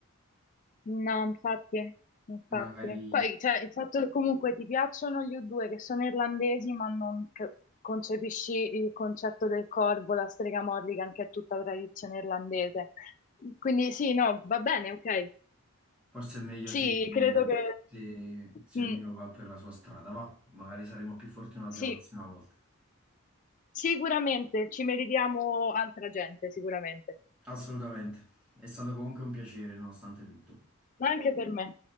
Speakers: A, on the left; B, in the centre.
A: No, infatti, infatti.
B: Magari,
A: Poi, cioè, il fatto che comunque ti piacciono gli U2 che sono irlandesi, ma non c- concepisci il concetto del corvo, la strega Morrigan, che è tutta tradizione irlandese. Quindi sì, no, va bene, ok.
B: forse è meglio
A: Sì,
B: se,
A: credo che...
B: se se
A: Mm,
B: ognuno va per la sua strada, va? Magari saremo più fortunati
A: sì,
B: la prossima volta.
A: sicuramente ci meritiamo altra gente, sicuramente,
B: Assolutamente. È stato comunque un piacere, nonostante tutto.
A: ma anche per me.